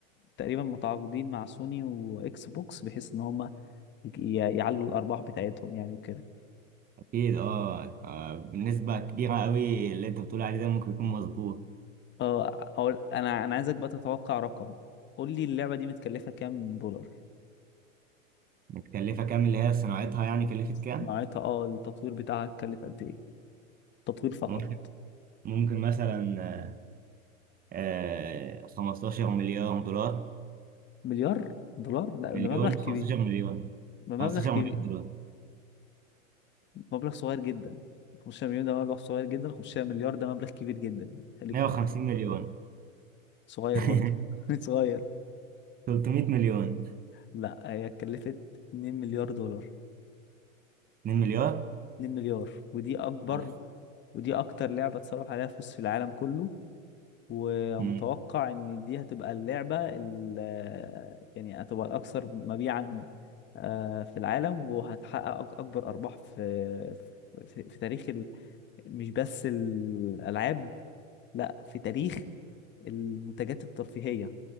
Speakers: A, on the left (about 25°); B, on the right (about 20°).
A: تقريبا متعاقدين مع سوني واكس بوكس بحيث ان هما ي- ي- يعلوا الارباح بتاعتهم يعني وكده
B: أكيد أه آه، بنسبة كبيرة قوي اللي أنت بتقول عليه ده ممكن يكون مظبوط
A: اه أقول انا انا عايزك بقى تتوقع رقم قول لي اللعبة دي متكلفة كام دولار
B: متكلفة كام اللي هي صناعتها يعني كلفت
A: صناعتها
B: كام؟
A: اه التطوير بتاعها اتكلف قد ايه تطوير فقط
B: ممكن ممكن مثلا آه، 15 مليار دولار
A: مليار دولار لا
B: مليون
A: ده مبلغ كبير
B: 15 مليون
A: ده مبلغ
B: 15
A: كبير
B: مليون دولار
A: مبلغ صغير جدا 500 مليون ده مليون ده مبلغ صغير جدا 500 مليار ده مبلغ كبير جدا خليك
B: 150 مليون
A: صغير
B: <laughs>
A: برضه <laughs> صغير
B: 300 مليون
A: لا هي اتكلفت 2 مليار دولار
B: 2 مليار
A: 2 مليار ودي اكبر
B: اوف
A: ودي اكتر لعبة اتصرف عليها فلوس في العالم كله ومتوقع
B: مم.
A: ان دي هتبقى اللعبة ال- آه، يعني هتبقى الاكثر مبيعا آه، في العالم وهتحقق أك- اكبر ارباح في في في تاريخ ال... مش بس الالعاب لا في تاريخ المنتجات الترفيهية